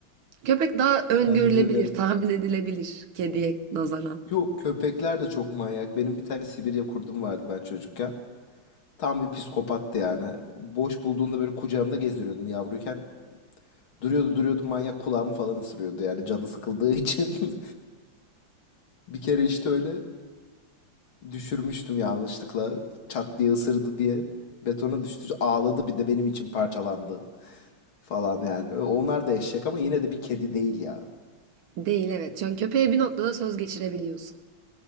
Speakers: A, on the right; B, on the left.
A: Köpek daha öngörülebilir,
B: Bence de.
A: tahmin edilebilir kediye nazaran.
B: Yok köpekler de çok manyak. Benim bir tane Sibirya kurdum vardı ben çocukken. Tam bir psikopattı yani. Boş bulduğunda böyle kucağımda gezdiriyordum yavruyken. Duruyordu duruyordu manyak kulağımı falan ısırıyordu yani canı sıkıldığı için. <laughs> Bir kere işte öyle düşürmüştüm yanlışlıkla çat diye ısırdı diye. Betona düştü ağladı bir de benim için parçalandı falan yani. Ö- Onlar da eşek ama yine de bir kedi değil ya.
A: Değil evet. Çünkü köpeğe bir noktada söz geçirebiliyorsun.